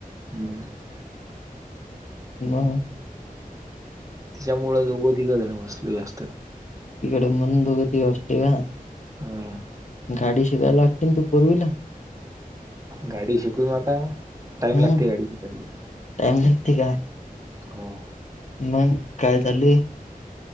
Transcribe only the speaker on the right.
हा <unintelligible>
त्याच्यामुळं, दोघं तिघजण बसलो, जास्त.
ह.
गाडी शिकू ना, आता. टाइम
लागते गाडी शिकायला
हो